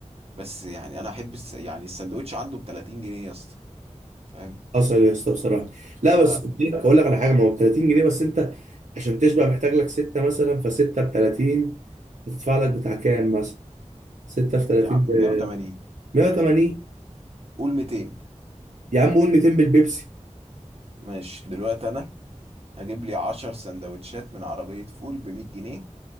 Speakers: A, on the right; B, on the right.
A: بس يعني انا احب الس- يعني السندوتش عنده ب 30 جنيه يا اسطى فاهم
B: حصل إيه يا اسطى بصراحه لا
A: ف
B: بس كنت لك هقول لك على حاجه ما هو ب 30 جنيه بس انت عشان تشبع محتاج لك سته مثلا فسته ب 30 هتدفع لك بتاع كام مثلا 6 في 30
A: يا عم 180
B: 180
A: قول 200
B: يا عم قول 200 بالبيبسي
A: ماشي دلوقتي انا هجيب لي 10 سندوتشات من عربية فول ب 100 جنيه